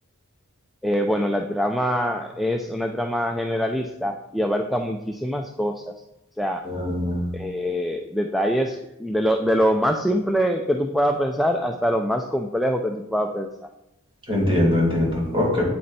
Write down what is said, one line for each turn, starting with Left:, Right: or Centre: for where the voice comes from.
Centre: Eh, bueno, la trama es una trama generalista y abarca muchísimas cosas. O sea,
Right: ah,
Centre: eh, detalles de lo, de lo más simple que tú puedas pensar hasta lo más complejo que tú puedas pensar.
Right: entiendo, entiendo. Ok.